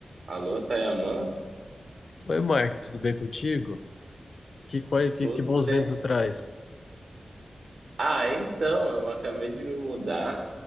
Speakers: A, on the right; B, on the left.
A: Alô, Tayamã?
B: Oi, Mark, tudo bem contigo? Que, quai- que,
A: Tudo
B: que bons
A: bem?
B: ventos traz.
A: Ah, então, eu acabei de me mudar